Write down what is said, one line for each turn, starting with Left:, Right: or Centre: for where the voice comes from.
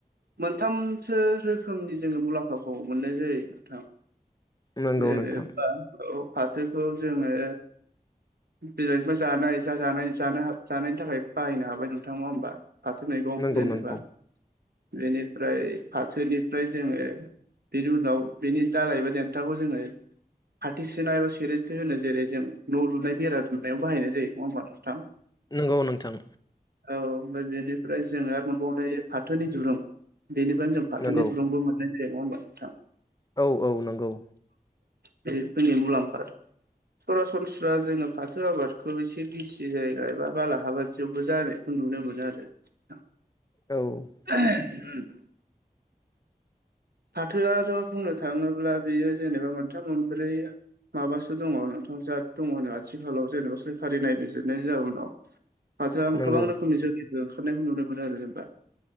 Right: मोनथामसो रोखोमनि जोङो मुलाम्फाखौ मोननाय जायो नोंथां।
Left: नंगौ
Right: जेनेबा
Left: नोंथां
Right: औ फाथोखौ जोङो बिलाइफोर जानाय जा जानो जानायनि थाखाय बाहायनो हाबाय नोंथांङा होमबा? फाथो मैगं
Left: नंगौ
Right: जेनेबा
Left: नंगौ
Right: बेनिफ्राय फाथोनिफ्राय जोङो बिनि उनाव बिनि दालाइ एबा देन्थाखौ जोङो फाथो सेना एबा सेरेथो होनो जेरै जों न' लुनाय बेरा दुनायाव बाहायनाय जायो नङा होनबा नोंथां?
Left: नंगौ नोंथां
Right: औ ओमफ्राय बेनिफ्राय जों आरो मोनबावनाय फाथोनि दुरुं बेनिफ्रायनो जों फाथोनि
Left: नंगौ
Right: दुरुंबो मोननाय जायो नङा होनबा नोंथां?
Left: औ औ नंगौ
Right: बे जोंनि मुलाम्फा सरासनस्रा जोङो फाथो आबादखौ एसे गिसि जायगा एबा बालाबायदिवबो जानो नुनो मोनो आरो नोंथां।
Left: औ
Right: उम फाथोआ थ' बुंनो थाङोब्ला बेयो जेनेबा मोनथाम मोनब्रै माबासो दङ नोंथां जा दङनो आथिखालाव जेनेबा सोरखारि नायबिजिरनायनि जाउनाव फाथोआ
Left: नंगौ
Right: गोबां रोखोमनि जोलै ओंखारनायखौ नुनो मोनो आरो जोंबा